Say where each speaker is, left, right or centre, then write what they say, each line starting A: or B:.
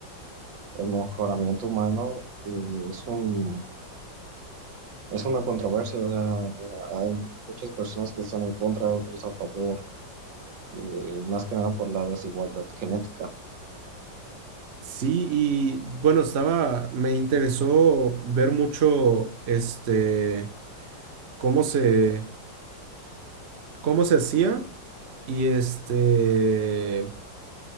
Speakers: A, on the right (about 80°); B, on the right (about 45°).
A: el mejoramiento humano eh, es un, es una controversia. O sea, hay muchas personas que están en contra, otras a favor, y más que nada por la desigualdad genética,
B: Sí, y bueno, estaba, me interesó ver mucho, este, cómo se, cómo se hacía y este...